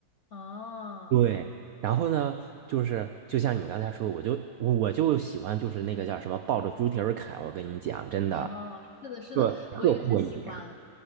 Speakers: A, on the left; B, on the right.
A: 啊。
B: 对，然后呢，就是就像你刚才说，我就我我就喜欢就是那个叫什么抱着猪蹄儿啃，我跟你讲，真的
A: 哦，是的，是的，
B: 对，特过瘾。
A: 我也很喜欢，